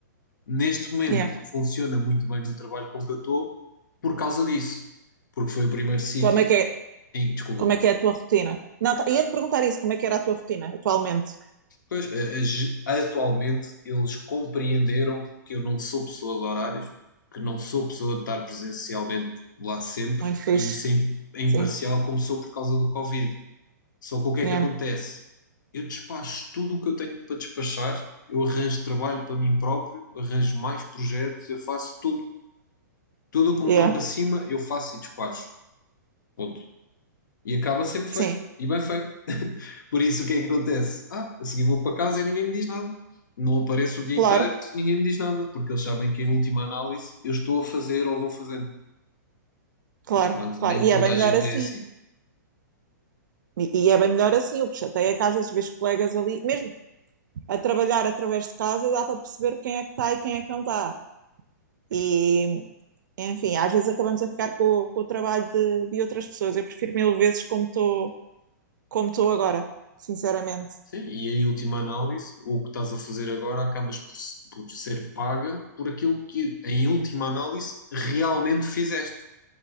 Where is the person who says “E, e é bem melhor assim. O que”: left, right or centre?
Right